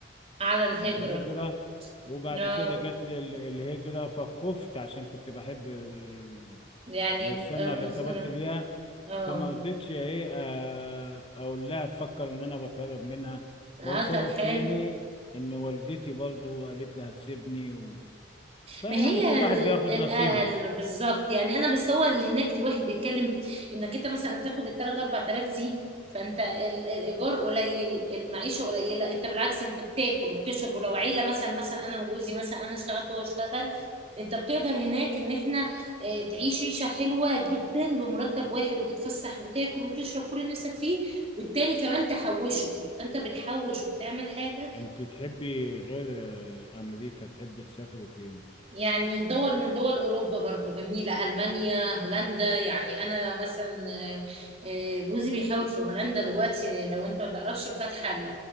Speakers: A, on the right; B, on the left.
A: على الهجرة
B: على الهجرة وبعد
A: لا
B: كده جات لي ال- الهجرة فخفت عشان كنت بحب آه،
A: يعني
B: السنة
A: مثلا
B: اللي ارتبطت بيها
A: اه
B: فما رضيتش ايه آه، اقول لها تفكر ان انا بتهرب منها
A: اه
B: وسبب
A: طب حلو
B: تاني ان والدتي برضو قالت لي هتسيبني و... فيعني
A: ما هي
B: كل
A: ال...
B: واحد بياخد
A: ال...
B: نصيبه
A: ال... بالظبط يعني انا بس هو اللي هناك الواحد بيتكلم انك انت مثلا هتاخد ال 3 4000 دي فانت ال... الايجار قليل المعيشه قليله انت بالعكس انت بتاكل وبتشرب ولو عيله مثلا مثلا انا وجوزي مثلا انا اشتغلت وهو اشتغل انت بتقدر هناك ان احنا آه، تعيش عيشه حلوه جدا بمرتب واحد وتتفسح وتاكل وتشرب كل اللي نفسك فيه والتاني كمان تحوشه يبقى انت بتحوش وبتعمل حاجه
B: انت تحبي غير آه، امريكا تحبي تسافري فين
A: يعني دول من دول أوروبا برضو جميلة ألمانيا هولندا يعني أنا مثلا آه، آه، جوزي بيحاول في هولندا دلوقتي لو أنت ما تعرفش فاتحة